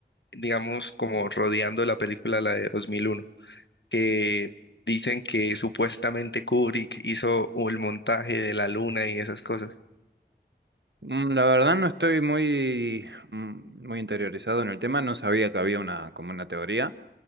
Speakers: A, on the left; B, on the right.
A: digamos, como rodeando la película, la de 2001? que dicen que supuestamente Kubrick hizo el montaje de la luna y esas cosas.
B: Mm, La verdad no estoy muy, mm, muy interiorizado en el tema, no sabía que había una, como una teoría.